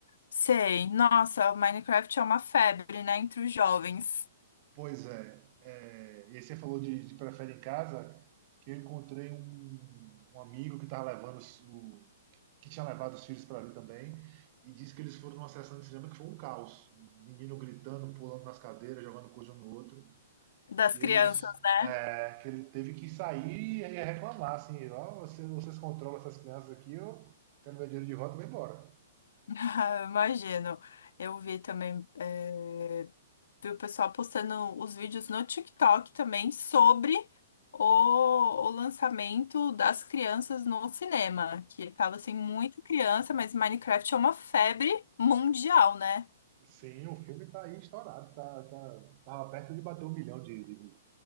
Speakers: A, on the left; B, on the right.
A: sei. Nossa, o Minecraft é uma febre, né, entre os jovens,
B: Pois é, é, e aí você falou de, de prefere em casa, que eu encontrei um, um amigo que tava levando os- o, que tinha levado os filhos para ver também, e disse que eles foram numa sessão de cinema que foi um caos. Um Menino gritando, pulando nas cadeiras, jogando coisa um no outro.
A: das
B: que eles
A: crianças, né?
B: é,
A: <laughs>
B: que ele teve que sair e reclamar, assim, ó, vocês, vocês controlam essas crianças aqui, eu quero meu dinheiro de volta e vou embora.
A: Ah, Imagino. Eu vi também. eh, vi o pessoal postando os vídeos no TikTok também sobre o, o lançamento das crianças no cinema, que tava assim muita criança, mas Minecraft é uma febre mundial, né?
B: Sim, o filme tá aí estourado, tá, tá, tava perto de bater um milhão de, de,